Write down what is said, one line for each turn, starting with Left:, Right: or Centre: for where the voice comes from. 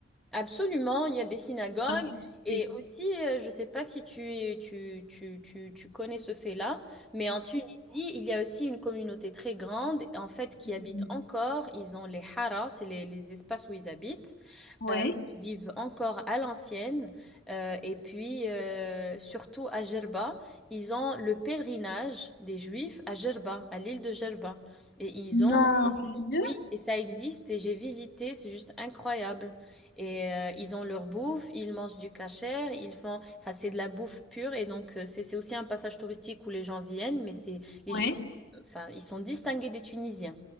Centre: Absolument, il y a des synagogues
Left: Dans la société.
Centre: et aussi, euh, je ne sais pas si tu, tu, tu, tu, tu connais ce fait-là, mais en Tunisie, il y a aussi une communauté très grande, en fait, qui
Left: Mhm.
Centre: habite encore. Ils ont les haras, c'est les, les espaces où ils habitent
Left: Ouais.
Centre: euh, qui vivent encore à l'ancienne. Euh, et puis, euh, surtout à Gerba, ils ont le pèlerinage des Juifs à Gerba, à l'île de Gerba. Et ils
Left: Non,
Centre: ont,
Left: sérieux?
Centre: oui, et ça existe, et j'ai visité, c'est juste incroyable. Et euh, ils ont leur bouffe, ils mangent du kasher, ils font, enfin, c'est de la bouffe pure, et donc euh, c'est c'est aussi un passage touristique où les gens viennent, mais c'est les
Left: Ouais.
Centre: Juifs, enfin, ils sont distingués des Tunisiens.